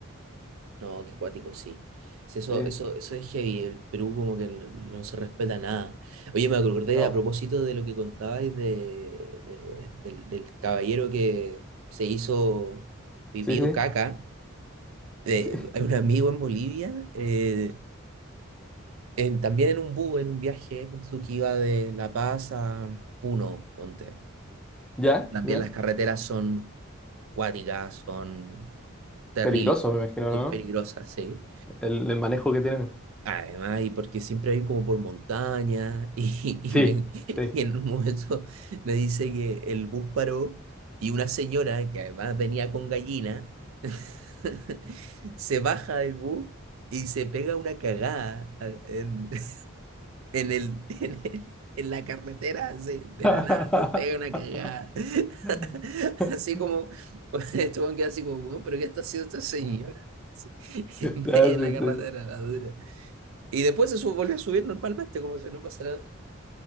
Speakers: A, on the right (about 70°); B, in the centre.
A: No, qué cuático, sí. Sí, eso,
B: Sí,
A: eso, eso es heavy. El Perú como que no se respeta nada. Oye, me acordé
B: no,
A: a propósito de lo que contabais de, de- del, del caballero que se hizo pipí
B: sí, sí,
A: o caca. De,
B: sí. <laughs>
A: hay un amigo en Bolivia, eh, en- también en un bus, en un viaje, ponte tú que iba de La Paz a Puno, ponte.
B: Ya,
A: También
B: ya.
A: las carreteras son cuáticas, son terribles,
B: Peligroso, me imagino,
A: muy
B: ¿no?
A: peligrosas, sí.
B: El, el manejo que tienen.
A: Además, y porque siempre hay como por montaña, y,
B: Sí,
A: <laughs> y me-
B: sí.
A: y en un momento me dice que el bus paró y una señora, que además venía con gallina, <laughs> se baja del bus y se pega una cagada a- en, en el, <laughs> en el- en la carretera se- de
B: <laughs>
A: la nada se pega una cagada. <laughs>
B: <laughs>
A: Así como, <laughs> este weón queda así como, weón, pero ¿qué está haciendo esta señora? <laughs> Así, en medio
B: Ya,
A: de
B: sí,
A: la carretera,
B: sí.
A: la dura. Y después se su- volvió a subir normalmente, como si no pasara nada.